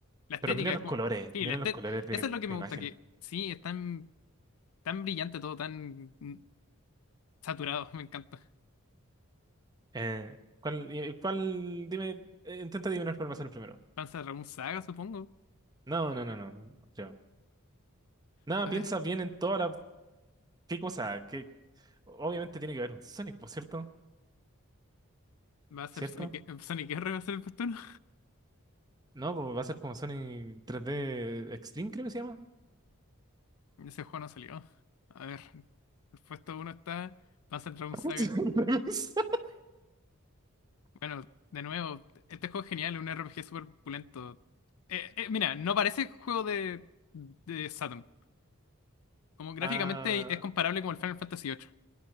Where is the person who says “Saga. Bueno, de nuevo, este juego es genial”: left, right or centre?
Left